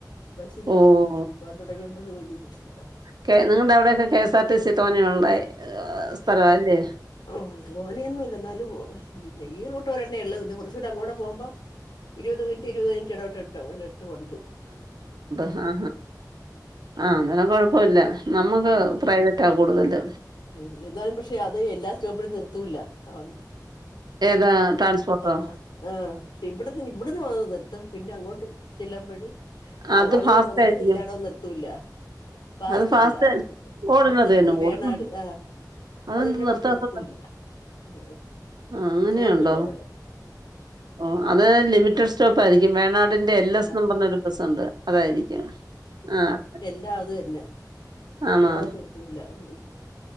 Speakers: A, on the left; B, on the right.
A: ബസ്സില്
B: ഓഹ്
A: പോവാൻ തുടങ്ങിയപ്പോ ജോലിയുല്ലാ
B: ക്കെ നിങ്ങളുടെ അവിടെയൊക്കെ K S R T C തോനെയുള്ള സ്ഥലവാ അല്ലേ.
A: ഉം തോനെയൊന്നുംല്ല ന്നാലും പിന്നെ ഈ റൂട്ട് ഒരെണ്ണേയൊള്ളൂ ത് കൊറച്ചുടെ അങ്ങോട്ട് പോവ്മ്പം ഇരുവത് മിൻറ്റ് ഇരുവത് മിൻറ്റ് എട വ്ട്ട്ണ്ട് എട വിട്ട് ഉണ്ട്
B: ആ ആ ആ അന്നാല കൊഴപ്പല്ല നമ്മക്ക്
A: ഉം
B: പ്രൈവറ്റാ കൂടുതല്.
A: ഉം എന്നാലും വിഷയാ അത് എല്ലാ സ്‌റ്റോപ്പിലും നിറ്ത്തൂല്ല ആ വണ്ടി
B: ഏതാ
A: ഞങ്ങള്
B: ട്രാൻസ്പോർട്ടോ?
A: ആ ആ ആ ക്ഷേ ഇബ്ട്ന്ന് ഇബ്ട്ന്ന് പോ നിർത്തും പിന്നെ അങ്ങോട്ട് ചെല്ല്മ്പഴ് അവ്
B: അത്
A: അവരെ
B: ഫാസ്റ്റ്
A: പോന്നത്
B: ആയിരിക്കും
A: എല്ലായിടോം നിർത്തൂല്ല. പാസ്റ്റല്ല
B: അത് ഫാസ്റ്റ് ഓടുന്നത്
A: പാസ്റ്റല്ലല്ലൊ
B: തന്നെ ഓടുന്നത്
A: വേണാട്. ആ
B: അതെന്ത്
A: അതെല്ലാടോ
B: നിർത്താത്തത്
A: നിർത്തൂല്ല. മ്മ്ഹ്
B: ആഹ് അങ്ങനെയുണ്ടോ?
A: ചൊവപ്പില്ലല്ലോടോ
B: ഓ അത് ലിമിറ്റഡ് സ്റ്റോപ്പായിരിക്കും വേണാട്
A: ആഹ്
B: ടിന്റെ എൽ
A: അതാ
B: എസ് ന്ന് പറഞൊരു ബസുണ്ട് അതായിരിക്കാം ആഹ്
A: ല്ലാത് തന്നെ
B: ആണോ
A: എല്ലടോന്നും നിർത്തൂല ഉം